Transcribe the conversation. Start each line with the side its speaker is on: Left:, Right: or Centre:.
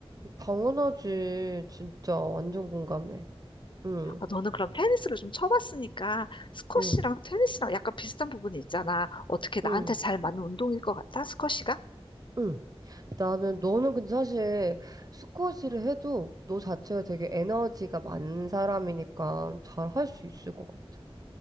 Right: 당연하지. 진짜 완전 공감해. 음,
Left: 아, 너는 그럼 테니스를 좀 쳐봤으니까 스쿼시랑
Right: 음,
Left: 테니스랑 약간 비슷한 부분이 있잖아. 어떻게 나한테
Right: 음,
Left: 잘 맞는 운동일 것 같아? 스쿼시가?
Right: 음. 나는 너는 근데 사실 스쿼시를 해도 너 자체가 되게 에너지가 많은 사람이니까 잘 할 수 있을 것 같아.